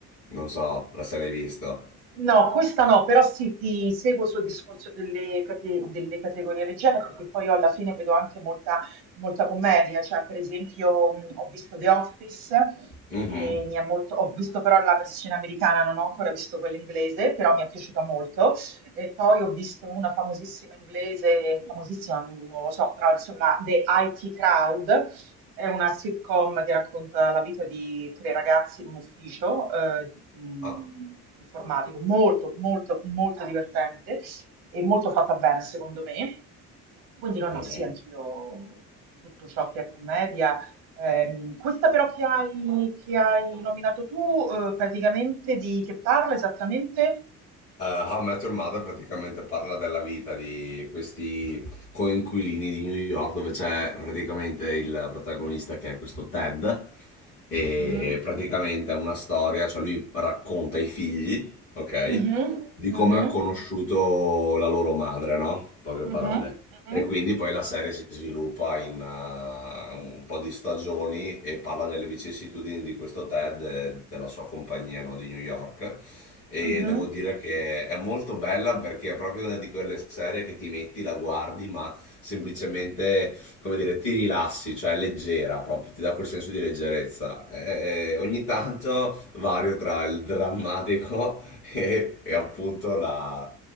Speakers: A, on the left (about 80°); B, on the right (about 70°).
A: non so, la se l'hai visto.
B: No, questa no, però sì, ti seguo sul discorso delle, cate- delle categorie leggere perché poi io alla fine vedo anche molta, molta commedia, cioè per esempio mh, ho visto The Office,
A: Mhm.
B: che mi è molto, ho visto però la versione americana, non ho ancora visto quella inglese, però mi è piaciuta molto, e poi ho visto una famosissima inglese, famosissima non lo so, però insomma The IT Crowd, è una sitcom che racconta la vita di tre ragazzi in un ufficio eh, mh,
A: Ah,
B: informatico, molto, molto, molto divertente e molto fatta bene, secondo me. Quindi no, no,
A: mhm.
B: sì, anch'io tutto ciò che è commedia. Ehm, questa però che hai, che hai nominato tu, eh, praticamente di che parla esattamente?
A: Eh, How I Met Your Mother praticamente parla della vita di questi coinquilini di New York, dove c'è praticamente il protagonista che è questo Ted, e
B: Mhm.
A: praticamente è una storia, cioè lui racconta ai figli, ok?
B: Mhm,
A: Di come
B: mhm,
A: ha conosciuto la loro madre, no? In Poche
B: mhm,
A: parole.
B: mhm,
A: E quindi poi la serie si sviluppa in eh, un po' di stagioni e parla delle vicissitudini di questo Ted e della sua compagnia, no, di New York. E
B: mhm.
A: devo dire che è molto bella perché è proprio una di quelle serie che ti metti, la guardi, ma semplicemente, come dire, ti rilassi, cioè è leggera proprio, ti dà quel senso di leggerezza. E ogni tanto vario tra il drammatico <laughs> e, e appunto la